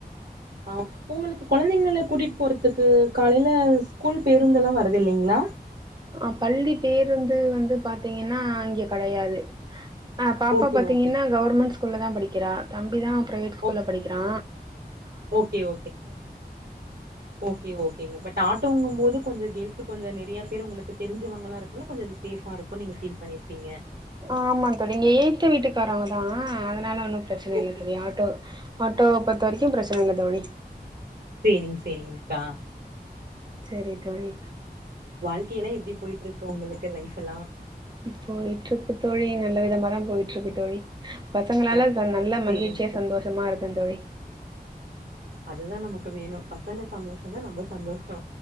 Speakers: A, on the right; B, on the right.
A: அ உங்களுக்கு குழந்தைங்கள கூட்டிட்டு போறதுக்கு காலைல ஸ்கூல் பேருந்துலா வர்ரது இல்லிங்களா
B: அ பள்ளி பேருந்து வந்து பாத்தீங்கன்னா இங்க கெடையாது அ பாப்பா
A: ஓகே
B: பாத்திங்கன்னா
A: ஓகேங்க
B: கவர்மெண்ட் ஸ்கூல்ல தா படிக்கிறா தம்பி தா பிரைவேட் ஸ்கூல்ல
A: ஓ
B: படிக்கறா
A: ஓகே ஓகேங்க ஓகே ஓகேங்க பட் ஆட்டோங்கும் போது கொஞ்சோ கேள்ஸ் கொஞ்சோ நெறையா பேரு உங்களுக்கு தெரிஞ்சவங்களா இருக்குல்ல கொஞ்சோ சேஃபா இருக்கு நீங்க ஃபீல் பண்ணிருப்பீங்க
B: ஆமா தோழி இங்க எதுத்த வீட்டுக்காரவங்க தா அதனால ஒன்னு பிரச்சன
A: ஓகே
B: இல்ல தோழி ஆட்டோ ஆட்டோவ பொறுத்த வரைக்கு பிரச்சன இல்ல தோழி
A: சேரிங் சேரிங்கக்கா
B: சேரி தோழி
A: வாழ்க்கைலா எப்டி போயிட்ருக்கு உங்களுக்கு லைஃப் எல்லா
B: போயிட்ருக்கு தோழி நல்ல விதமாதா போயிட்ருக்கு தோழி பசங்களால
A: ஓ
B: நல்ல
A: சேரிங்க்கா
B: மகிழ்ச்சியா சந்தோஷமா இருக்க தோழி
A: அதுதா நமக்கு வேணு பசங்க சந்தோஷோ தா நம்ப சந்தோஷோ